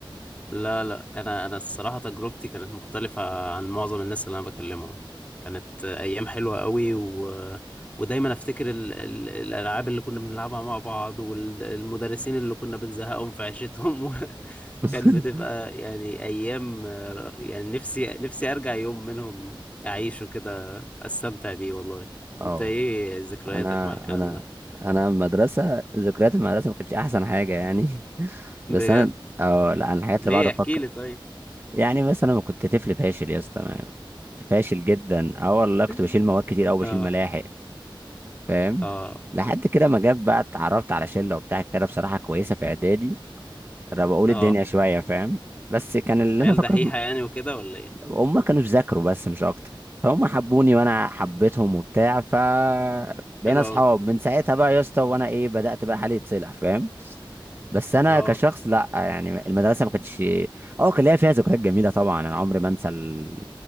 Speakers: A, on the left; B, on the right.
A: لا لا انا انا الصراحه تجربتي كانت مختلفه عن معظم الناس اللي انا بكلمهم كانت ايام حلوه قوي و... ودايما افتكر ال... ال... الالعاب اللي كنا بنلعبها مع بعض والمدرسين اللي كنا بنزهقهم في عيشتهم <laughs> و...
B: <laughs>
A: كان بتبقى يعني ايام يعني نفسي نفسي ارجع يوم منهم اعيشه كده استمتع بيه والله
B: اه
A: انت ايه
B: والله.
A: ذكرياتك
B: انا
A: مع الكلام
B: انا
A: ده
B: انا مدرسه ذكريات المدرسه ما كانتش احسن حاجه يعني <laughs>
A: بجد
B: بس انا اه لا انا الحاجات
A: ليه
B: اللي بقعد افكر
A: احكي لي طيب
B: يعني مثلا أنا كنت طفل فاشل يا اسطى ما- كنت فاشل جدا اه والله كنت
A: <laughs>
B: بشيل مواد كتير او بشيل
A: اه
B: ملاحق فاهم
A: اه
B: لحد كده ما جت بقى اتعرفت على شله وبتاع كده بصراحه كويسه في اعدادي انا بقول
A: اه
B: الدنيا شويه فاهم بس كان اللي
A: عيال
B: انا فاكره
A: دحيحة
B: في-
A: يعني وكده ولا ايه
B: هم كانوا بيذاكروا بس مش اكتر فهم حبوني وانا حبيتهم وبتاع ف بقينا
A: حلو
B: اصحاب
A: اوي
B: من ساعتها بقى يا اسطى وانا ايه بدات بقى حالي يتصلح فاهم بس انا
A: اه
B: كشخص لا يعني المدرسه ما كانتش اه كان ليا فيها ذكريات جميله طبعا انا عمري ما انسى ال...